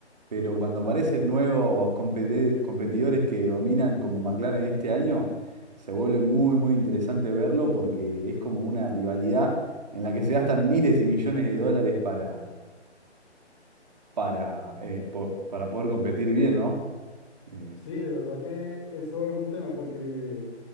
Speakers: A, on the right; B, on the left.
A: pero cuando aparecen nuevos compete- competidores que dominan como McLaren este año, se vuelve muy, muy interesante verlo porque es como una rivalidad en la que se gastan miles y millones de dólares para, para, eh, po- para poder competir bien, ¿no? Eh,
B: Sí, de verdad que eso es un tema porque